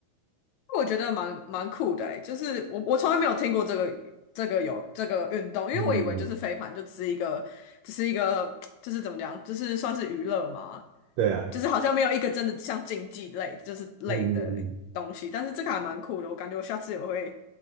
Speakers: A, on the left (about 75°); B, on the right (about 80°).
A: 我觉得蛮蛮酷的欸，就是我我从来没有听过这个这个有这个运动，因为我以为就是飞盘就只是一个只是一个就是怎么讲，
B: 嗯，
A: 就是算是娱乐嘛，
B: 对啊，
A: 就是好像没有一个真的像竞技类就是类的东西，
B: 嗯嗯嗯，
A: 但是这个还蛮酷的，我感觉我下次我会